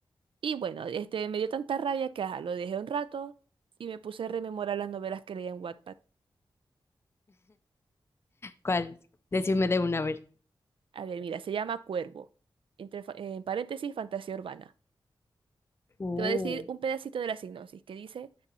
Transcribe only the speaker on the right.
Y bueno, este me dio tanta rabia que ajá, lo dejé un rato y me puse a rememorar las novelas que leía en Wattpad.
A ver, mira, se llama Cuervo, entre, fa- en paréntesis, fantasía urbana.
Te voy a decir un pedacito de la sinopsis que dice,